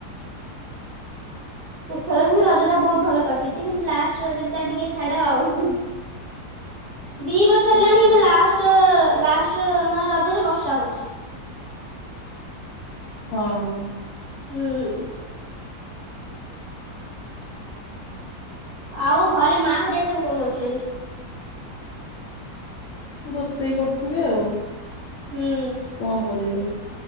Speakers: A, on the right; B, on the left.
A: ଏଥରକ ବି ରଜ ଟା ବୋହୁତ ଭଲ କଟିଛି କିନ୍ତୁ ଲାଷ୍ଟ ରଜ ଟିକେ ଛାଡ ଆଉ। ଦିଇ ବର୍ଷ ହେଲାଣି
B: ଆଚ୍ଛା
A: ଏବେ ଲାଷ୍ଟ ଲାଷ୍ଟ ମାନେ ରଜରେ ବର୍ଷା ହୋଉଚି।
B: ହଁ।
A: ହୁଁ। ଆଉ ଘରେ ମା ହରିଆକା ସବୁ କଣ କରୁଛନ୍ତି?
B: କି ରୋଷେଇ କରୁଥିବେ ଆଉ।
A: ହୁଁ
B: କଣ କରିବେ ଆଉ